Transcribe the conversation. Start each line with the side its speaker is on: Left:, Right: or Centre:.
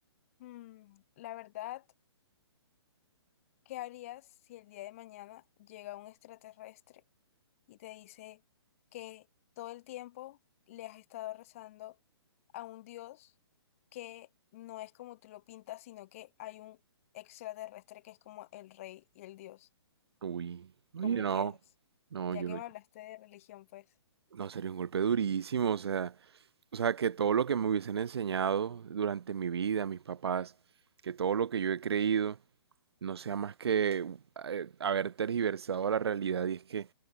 Left: Mm, la verdad. ¿Qué harías si el día de mañana llega un extraterrestre y te dice que todo el tiempo le has estado rezando a un Dios que no es como tú lo pintas, sino que hay un extraterrestre que es como el rey y el Dios?
Right: Uy, oye,
Left: ¿Cómo
Right: no,
Left: quedas?
Right: no,
Left: Ya
Right: yo
Left: que
Right: no,
Left: me hablaste de religión, pues.
Right: no, sería un golpe durísimo, o sea, O sea, que todo lo que me hubiesen enseñado durante mi vida, mis papás, que todo lo que yo he creído, no sea más que uh, eh, haber tergiversado la realidad y es que